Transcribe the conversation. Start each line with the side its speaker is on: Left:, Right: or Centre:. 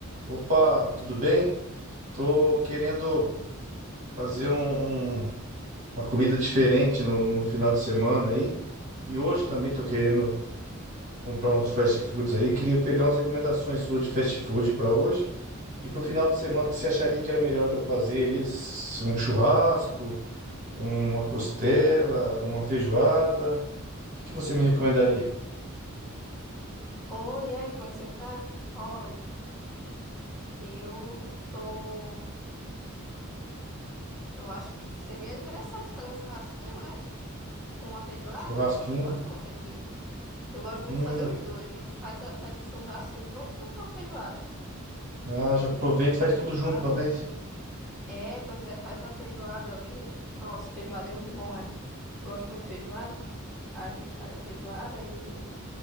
Right: Opa, tudo bem? Tô querendo fazer um- um- uma comida diferente no, no final de semana aí. E hoje também tô querendo comprar uns fast foods aí. Queria pegar umas recomendações suas de fast food para hoje e para o final de semana. O que você acharia que era melhor de eu fazer aí? S- Um churrasco, uma costela, uma feijoada? O que que você me recomendaria?
Centre: Oi, e aí, como é que você tá? Olha, eu tô. Eu acho que seria interessante fazer um churrasquinho, né? Com a feijoada.
Right: Churrasquinho?
Centre: Nossa, eu gosto muito aqui. Eu gosto muito
Right: Hum,
Centre: de fazer os dois. A gente faz, a, faz o churrasco junto com a feijoada.
Right: ah, já aproveita
Centre: Faz
Right: e
Centre: uma
Right: faz
Centre: feijoada.
Right: tudo junto de uma vez.
Centre: É, pois é, faz a feijoada ali. Nossa, feijoada é muito bom, né? Gosto muito de feijoada. A gente faz a feijoada e